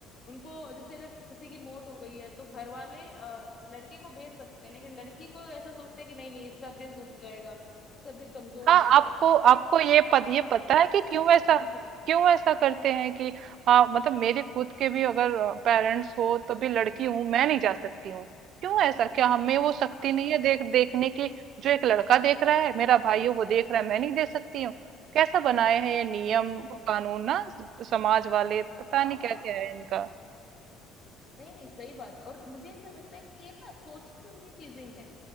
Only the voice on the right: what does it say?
हाँ
आपको
आपको ये पत, ये
पता
है कि
क्यों
ऐसा
क्यों ऐसा करते हैं कि हाँ मतलब मेरे खुद के भी अगर पेरेंट्स हो तो भी लड़की हूँ मैं नहीं जा सकती हूँ क्यों ऐसा क्या हमें वो शक्ति
नहीं है देख देखने की जो एक लड़का देख रहा है मेरा भाई है वो देख रहा है मैं नहीं दे सकती हूँ कैसा बनाए हैं ये नियम
कानून ना स- समाज वाले पता
नहीं क्या
क्या है इनका